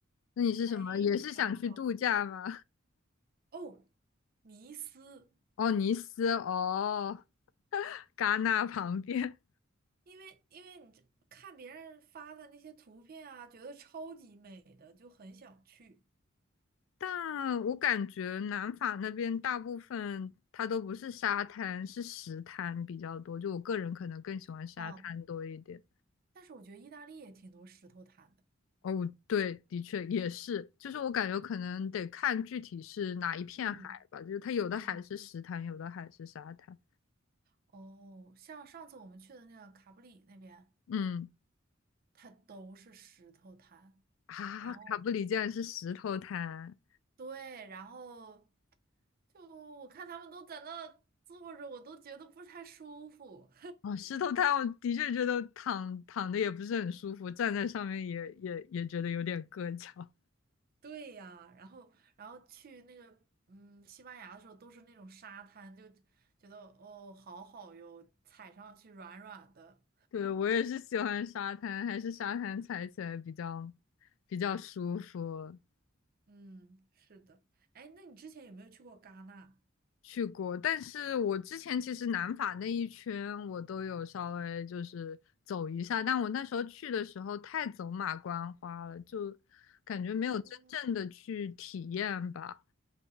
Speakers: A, on the left (about 75°); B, on the right (about 50°).
A: 那你是什么？
B: 还蛮好。
A: 也是想去度假吗？
B: 哦，尼斯，
A: <laughs> 哦，尼斯，哦，<laughs> 戛纳旁边。
B: 因为因为你这看别人发的那些图片啊，觉得超级美的，就很想去。
A: 但我感觉南法那边大部分它都不是沙滩，是石滩比较多。就我个人可能更喜欢沙滩多一点。
B: 哦，但是我觉得意大利也挺多石头滩的。
A: 哦，对，的确也是，就是我感觉可能得看具体是哪一片海吧，
B: 嗯
A: 就是它有的海是石滩，
B: 嗯
A: 有的海是沙滩。
B: 哦，像上次我们去的那个卡布里那边。
A: 嗯，
B: 它都是石头滩。
A: 啊，
B: 然后
A: 卡布里竟然是石头滩。
B: 对，然后就我看他们都在那坐着，我都觉得不太舒服。
A: 哦，石头滩，我的确觉得躺躺的也不是很舒服，站在上面也也也觉得有点硌脚。
B: <laughs> 对呀，然后然后去那个嗯西班牙的时候都是那种沙滩，就觉得哦好好哟，踩上去软软的。
A: 对，我也是喜欢沙滩，还是沙滩踩起来比较比较舒服。
B: 嗯，是的。哎，那你之前有没有去过戛纳？
A: 去过，但是我之前其实南法那一圈我都有稍微就是走一下，但我那时候去的时候太走马观花了，就感觉没有真正的去体验吧。
B: 哦，